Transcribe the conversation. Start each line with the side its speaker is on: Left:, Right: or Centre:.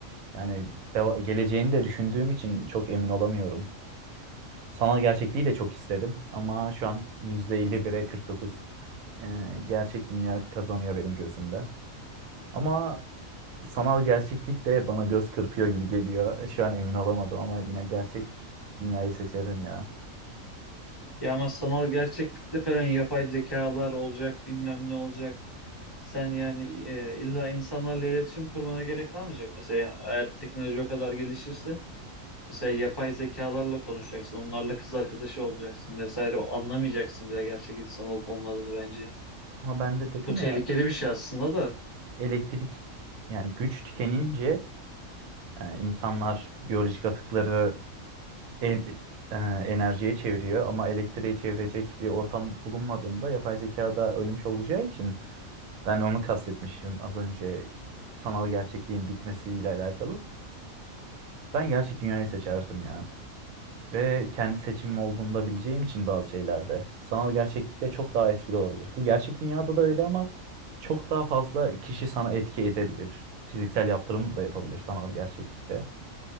Right: Yani deva- geleceğini de düşündüğüm için çok emin olamıyorum. Sanal gerçekliği de çok isterim ama şu an %51'e 49 e, gerçek dünya kazanıyor benim gözümde. Ama sanal gerçeklik de bana göz kırpıyor gibi geliyor. E, Şu an emin olamadım ama yine gerçek dünyayı seçerim ya.
Left: Ya ama sanal gerçeklikte falan yapay zekalar olacak, bilmem ne olacak. Sen yani e, illa insanlarla iletişim kurmana gerek kalmayacak. Mesela eğer teknoloji o kadar gelişirse, mesela yapay zekalarla konuşacaksın, onlarla kız arkadaşı olacaksın vesaire. O Anlamayacaksın bile gerçek insan olup olmadığını bence.
Right: Ama ben de dedim
Left: Bu tehlikeli
Right: ya
Left: bir şey aslında da.
Right: elektrik yani güç tükenince e, insanlar biyolojik atıkları en, e, enerjiye çeviriyor ama elektriğe çevirecek bir ortam bulunmadığında yapay zeka da ölmüş olacağı için ben onu kastetmişim az önce sanal gerçekliğin bitmesiyle alakalı. Ben gerçek dünyayı seçerdim ya. Ve kendi seçimim olduğunu da bileceğim için bazı şeylerde sanal gerçeklikte çok daha etkili olabilir. Bu gerçek dünyada da öyle ama çok daha fazla kişi sana etki edebilir. Fiziksel yaptırım da yapabilir sanal gerçeklikte.